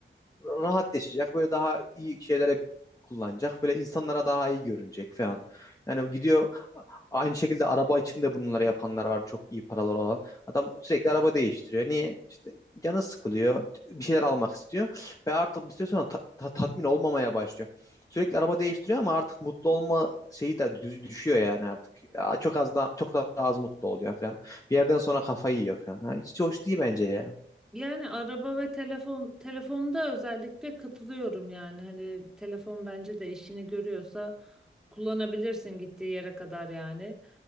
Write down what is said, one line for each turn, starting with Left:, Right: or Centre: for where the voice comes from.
Left: rahat yaşayacak. Böyle daha iyi şeylere kullanacak. Böyle insanlara daha iyi görünecek falan. Yani gidiyor aynı şekilde araba için de bunları yapanlar var. Çok iyi paralar olan. Adam sürekli araba değiştiriyor. Niye? İşte canı sıkılıyor. Bir şeyler almak istiyor. Ve artık bir süre sonra ta- ta- tatmin olmamaya başlıyor. Sürekli araba değiştiriyor ama artık mutlu olma şeyi de düz- düşüyor yani artık. Ya çok az da çok daha az mutlu oluyor falan. Bir yerden sonra kafayı yiyor falan. Ha, hiç hoş değil bence ya.
Centre: Yani araba ve telefon telefonda özellikle katılıyorum yani hani telefon bence de işini görüyorsa kullanabilirsin gittiği yere kadar yani.